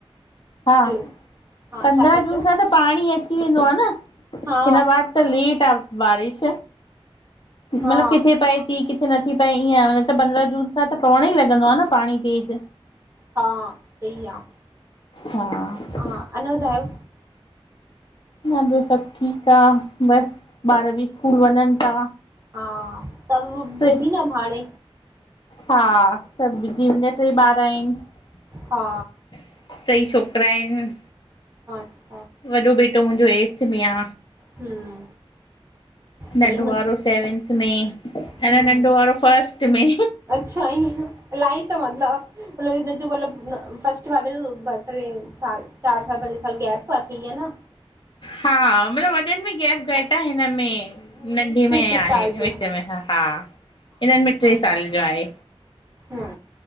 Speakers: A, on the left; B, on the right.
A: हा
B: हैलो हा
A: पंद्रहं
B: छा था
A: जून
B: चओ
A: खां त पाणी अची वेंदो आहे न।
B: हा
A: हिन बार त लेट आहे बारिश मतिलब
B: हा
A: किथे पए थी। किथे हिते नथी पए ईंय नत पद्रहं जून त पवण ई लॻंदो आ न। पाणी तेज
B: हा सही आ।
A: हा न
B: हा, अञां वधायो
A: न ॿियो सभ ठीक आ बस। ॿार भी स्कूल वञनी ता।
B: हा तव्हां बिज़ी
A: पि
B: न हाणे
A: हा, सब बिज़ी उन ते ॿार आहिनि।
B: हा
A: टई छोकिरा आहिन।
B: मार्च।
A: वॾो बेटो मुहिंजो एटिथि में आ।
B: हम्म त
A: नंढो
B: इहे मुं
A: वारो सैविंथ में अंञां
B: हम्म
A: नंढो वारो फस्ट मे।
B: अच्छा ईयं, अलाई तव अला मतिलब हिन जो मतिलब फस्ट। <unintelligible> <unintelligible> ब टे साल चार साल पंज साल गैप ई आहे न।
A: हा मतिलब वॾनि में गैप घटि आ हिनमें
B: हिन
A: नंढे
B: हिकु
A: में
B: हिकु
A: आहे
B: साल जो
A: विच में हा, हिनन में टे साल जो आहे।
B: ह,